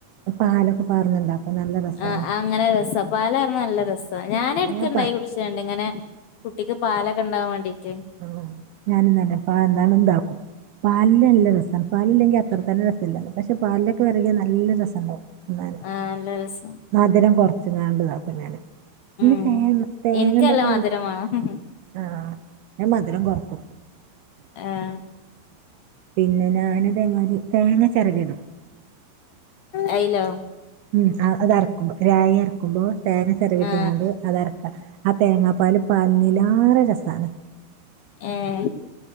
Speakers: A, on the right; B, on the left.
A: പാലൊക്കെ പാർന്നുണ്ടാക്കും നല്ല രസാണ്.
B: ആ അങ്ങനെ രസ പാലാർന്ന നല്ല രസാ ഞാനെടക്ക്ണ്ടായി
A: ഞാൻ പ
B: കുടിച്ചൽണ്ട് ഇങ്ങനെ. കുട്ടിക്ക് പാലൊക്കെ ഇണ്ടാവാൻ വേണ്ടീട്ട്.
A: ഉം ഞാനിന്നല്ലെ പാ എന്താലു ഇണ്ടാക്കും പാൽല് നല്ല രസാ. പാലില്ലെങ്കി അത്ര തന്നെ രസം ഇല്ലാ പക്ഷെ പാലിലൊക്കെ വെര്കിയാ നല്ല രസം ഇണ്ടാവും.
B: ആഹ് നല്ല രസാ.
A: മധുരം കൊർച്ച്ങ്ങാണ്ട്താക്കും ഞാന്
B: ഉം
A: ഈ തേങ്ങ തേങ്ങ
B: എനിക്കല്ല
A: ഇണ്ടെങ്കി
B: മധുരം
A: പിന്നെ.
B: വേണം
A: ആഹ് ഞാൻ മധുരം കൊർക്കും.
B: ആഹ്.
A: പിന്നെ ഞാൻതേമാതിരി തേങ്ങ ചെരകിടും.
B: അയ്ലോ?
A: ഉം അതരക്കുമ്പോ രായി അരക്കുമ്പോ തേങ്ങ ചെരവിട്ട്ങ്ങാണ്ട്.
B: ആ
A: അതരക്കാ ആ തേങ്ങാപ്പാൽ പാര്ന്നീലേറെ രസാണ്.
B: ഏഹ്.